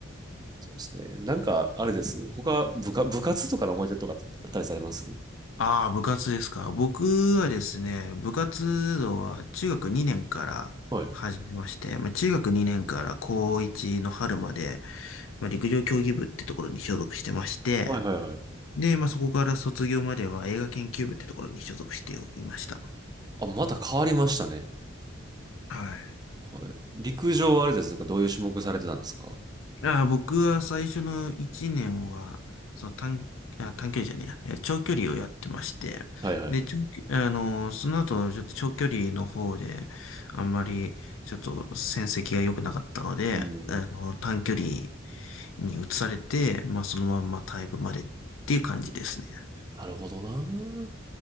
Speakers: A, on the right; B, on the left.
A: そうですね。なんか、あれです。他、部下、部活とかの思い出とかあったりされます
B: ああ、部活ですか。僕はですね、部活動は中学2年から始めまして、
A: はい。
B: まあ、中学2年から高1の春まで、まあ、陸上競技部ってところに所属してまして、
A: はいはいはい
B: で、まあ、そこから卒業までは映画研究部ってところに所属していました。
A: あ、また変わりましたね。
B: はい。
A: はい、陸上はあれですかどういう種目されてたんですか
B: ああ、僕は最初の1年は、その短、あ、短距離じゃねえや、えー長距離をやってまして、
A: はいはい。
B: で、長距あのー、その後、ちょっと長距離の方で、あんまり、ちょっと戦績が良くなかったので、
A: うん。
B: あのー、短距離に移されて、まあ、そのまんまタイ部までっていう感じですね。
A: なるほどな。